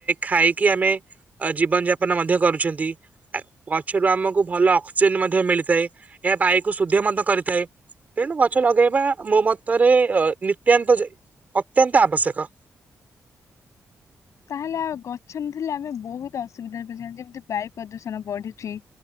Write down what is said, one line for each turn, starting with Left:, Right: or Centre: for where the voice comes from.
Right: ଖାଇକି ଆମେ ଜୀବନ ଯାପନ ମଧ୍ୟ କରୁଛନ୍ତି ଗଛରୁ ଆମକୁ ଭଲ ଅକ୍ସିଜେନ ମଧ୍ୟ ମିଳିଥାଏ ଏହା ବାୟୁ କୁଶୁଦ୍ଧ ମଧ୍ୟ କରିଥାଏ ତେଣୁ ଗଛ ଲଗେଇବା ମୋ ମତରେ ନିତ୍ୟାନ୍ତ ଯେ ଅତ୍ୟାନ୍ତ ଆବଶ୍ୟକ।
Left: ତାହେଲେ ଆଉ ଗଛ ନଥିଲେ ଆମେ ବହୁତ ଅସୁବିଧାରେ ପଜିଥାନ୍ ଯେମିତି ବାୟୁ ପ୍ରଦୂଷଣ ବଢୁଛି,